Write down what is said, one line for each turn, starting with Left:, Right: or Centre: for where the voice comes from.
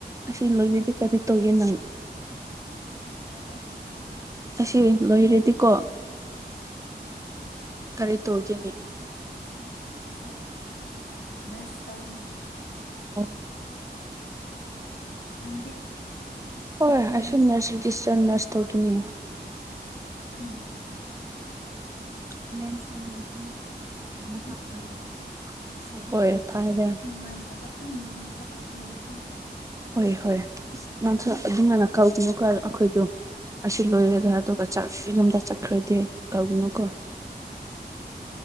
Right: ꯑꯁꯤ ꯂꯣꯏꯔꯗꯤ ꯀꯔꯤ ꯇꯧꯒꯦ ꯅꯪ
Left: ꯐꯔꯦꯕ
Right: ꯑꯁꯤ ꯂꯣꯏꯔꯗꯤꯀꯣ
Left: ꯎꯝ
Right: ꯀꯔꯤ ꯇꯧꯒꯦꯅꯤ
Left: ꯑꯩꯁꯦ ꯅꯔ꯭ꯁ ꯇꯧꯒꯅꯤ
Right: ꯑꯣ
Left: ꯅꯪꯗꯤ
Right: ꯍꯣꯏ ꯑꯩꯁꯨ ꯅꯔ꯭ꯁ ꯗꯤꯁ ꯅꯔ꯭ꯁ ꯇꯧꯀꯦꯅꯤ
Left: ꯎꯝ
Right: <unintelligible>
Left: ꯌꯥꯝ ꯐꯔꯦ
Right: ꯍꯣꯏ ꯐꯔꯦ
Left: ꯅꯨꯡꯉꯥꯏꯇꯕ ꯑ ꯅꯨꯡꯉꯥꯏꯕ ꯑꯣꯏꯍꯜꯂꯣꯀꯣ
Right: ꯍꯣꯏ ꯍꯣꯏ ꯅꯪꯁꯨ ꯑꯗꯨꯃꯥꯢꯅ ꯀꯧꯒꯅꯨꯀꯣ ꯑꯈꯣꯏꯗꯨ ꯑꯁꯤ
Left: ꯍꯣꯏ
Right: ꯂꯣꯏꯔꯗꯅꯥ
Left: ꯀꯥꯎꯔꯣꯏ
Right: ꯑꯗꯨꯒ ꯆꯥꯛꯁꯤꯁꯨ ꯌꯨꯝꯗ ꯆꯠꯈ꯭ꯔꯗꯤ ꯀꯥꯎꯒꯅꯨꯀꯣ
Left: ꯍꯣꯏ ꯍꯣꯏ ꯍꯣꯏ ꯍꯣꯏ